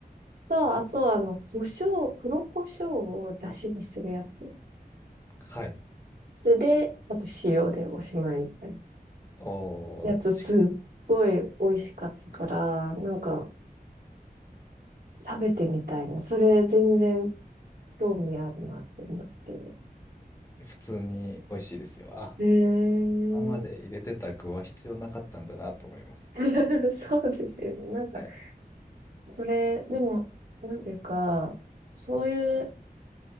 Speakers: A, on the right (about 70°); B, on the left (about 20°).
A: と、あとあの、胡椒、黒胡椒を出汁にするやつ。
B: はい。
A: それで、あと塩でおしまいみたいな
B: おー、
A: やつすっごい美味しかったから、
B: 近い。
A: なんか食べてみたいな。それ全然興味あるなって思って。
B: 普通に美味しいですよ。あ、
A: へー
B: 今まで入れてた具は必要なかったんだなと思います。
A: <laughs> そうですよね。なんか、
B: はい。
A: それ、でも、なんていうか、そういう